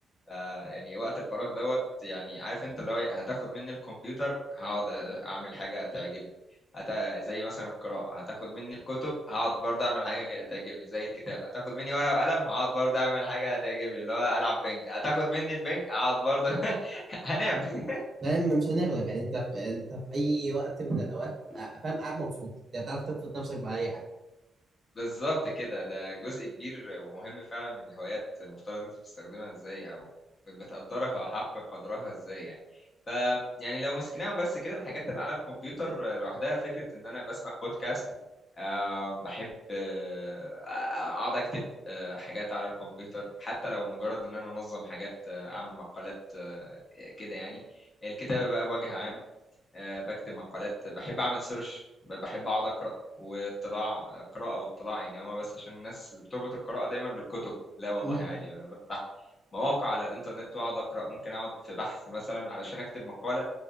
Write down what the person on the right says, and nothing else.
فاهم مش هنغلب يعني انت في انت في اي وقت من الاوقات آه، فاهم قاعد مبسوط يعني تعرف تبسط نفسك باي حاجه
مم.